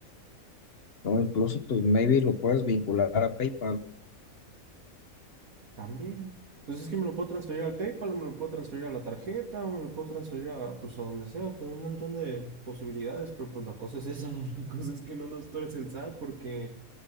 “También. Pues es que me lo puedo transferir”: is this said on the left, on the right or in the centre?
Right